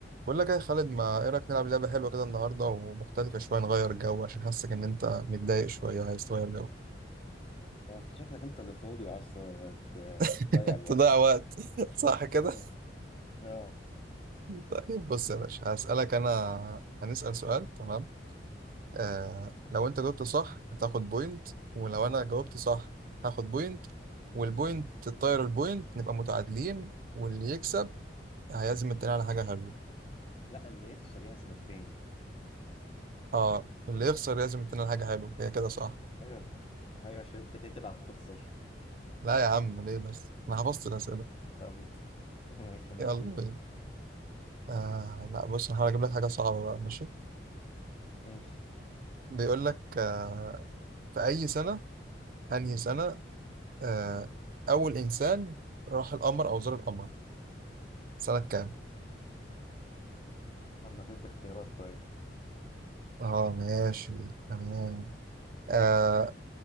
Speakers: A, on the right (about 50°); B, on the left (about 30°).
A: بقول لك إيه يا خالد ما ايه رايك نلعب لعبه حلوه كده النهارده ومختلفه شويه نغير جو عشان حاسك ان انت متضايق شويه عايز تغير جو
B: هو انت شكلك انت اللي فاضي وعاوز ت-
A: <laughs>
B: تضيع الوقت
A: تضيع وقت <laughs> صح كده
B: مهم. اه
A: طيب بص يا باشا هسالك انا هنسال سؤال تمام آه لو انت جاوبت صح هتاخد بوينت ولو انا جاوبت صح هاخد بوينت والبوينت تطير البوينت نبقى متعادلين واللي يكسب هيعزم التاني على حاجه حلوه
B: لا اللي يخسر يعزم التاني
A: اه اللي يخسر يعزم التاني على حاجه حلوه هي كده صح
B: ايوه انت ايوه عشان انت كده كده هتخسر
A: لا يا عم ليه بس انا حفظت الاسئله
B: طب ماشي اما
A: يلا
B: نشوف
A: بينا آه لا بص انا هحاول اجيب لك حاجه صعبه بقى ماشي
B: ماشي
A: بيقول لك آه في اي سنه انهي سنه آه اول انسان راح القمر او زار القمر سنه كام
B: اما تدي اختيارات طيب
A: اه ماشي تمام آه